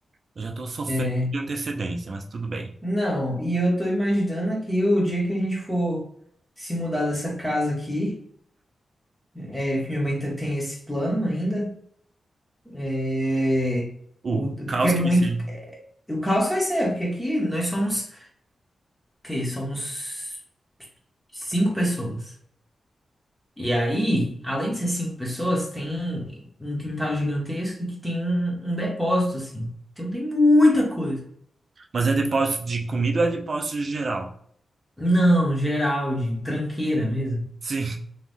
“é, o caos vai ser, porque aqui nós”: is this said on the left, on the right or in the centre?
Centre